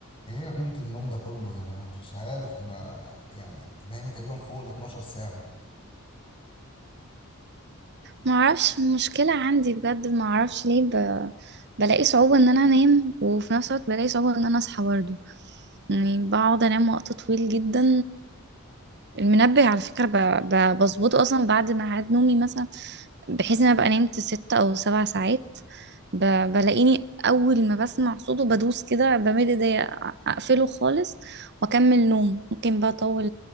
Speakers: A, on the left (about 25°); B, on the right (about 50°).
A: ايه يا بنت النوم ده كله يعني انا مش عارف ده انا يعني انت نايمه تقريبا فوق ال 12 ساعه
B: ما اعرفش مشكلة عندي بجد ما اعرفش ليه ب... بلاقي صعوبة ان انا انام وفي نفس الوقت بلاقي صعوبة ان انا اصحى برضه يعني بقعد انام وقت طويل جدا والمنبه على فكرة ب... ب... بظبطه اصلا بعد ميعاد نومي مثلا بحيث ان انا ابقى نمت ست او سبع ساعات ب... بلاقيني اول ما بسمع صوته بدوس كده بمد ايديا أ- اقفله خالص واكمل نوم ممكن بقى اطول